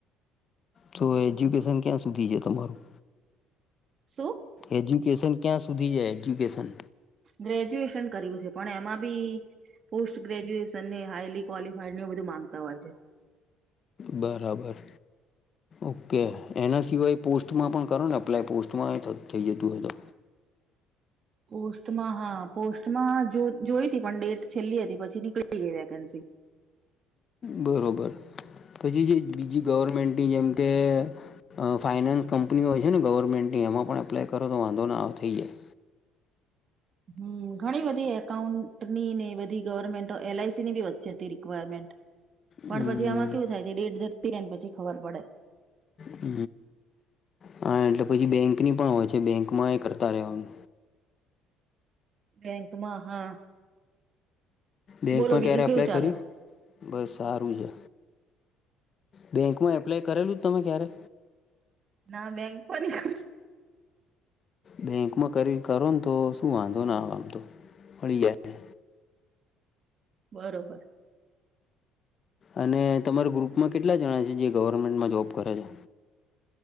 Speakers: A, on the left (about 30°); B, on the right (about 30°).
A: તો એજ્યુકેશન ક્યાં સુધી છે તમારું.
B: શું.
A: એજ્યુકેશન ક્યાં સુધી હે એજ્યુકેશન.
B: ગ્રેજ્યુએશન કર્યું છે પણ એમાં બી. પોસ્ટ ગ્રેજ્યુએશન ને હાઈલી ક્વલિફાઈડ ને એ બધું માંગતા હોય છે.
A: બરાબર. ઓકે એના સિવાય પોસ્ટમાં પણ કરો ને અપ્લાય પોસ્ટમાં થઈ જતું હોય તો.
B: પોસ્ટમાં હા પોસ્ટમાં જો જોઈ તી પણ ડેટ છેલ્લી હતી પછી નીકળી ગઈ વેકેન્સી.
A: બરોબર પછી જે બીજી ગવર્મેન્ટની જેમ કે. અ ફાઇનેન્સ કંપનીઓ હોય છે ને ગવર્મેન્ટની એમાં પણ એપ્લાય કરો તો વાંધો ન આવ થઈ જાય.
B: હમ ઘણી બધી એકાઉન્ટની ને બધી ગવર્મેન્ટ એલઆઈસી ની બી વચ્ચે હતી રિક્વાયરમેન્ટ. પણ
A: હમ
B: પછી આમાં કેવું થાય છે દેટ જતી રહે ને પછી ખબર પડે.
A: હ હા એટલે પછી બેંક ની પણ હોય છે બેંક માં એ કરતા રહવાનું.
B: બેંકમાં હા
A: બેંકમાં
B: બોલો બીજું
A: ક્યારે
B: કેવું
A: એપ્લાય
B: ચાલે.
A: કર્યું બસ સારું છે બેંકમાં એપ્લાય કરેલું તમે ક્યારે.
B: ના બેંક પણ ન‌ઇ કરતું.
A: બેંકમાં કરી કરો ને તો શું વાંધો ના આમતો મળળી
B: બરોબર.
A: અને તમારા ગ્રુપમાં કેટલા જણા છે જે ગવર્મેન્ટમાં જોબ કરે છે.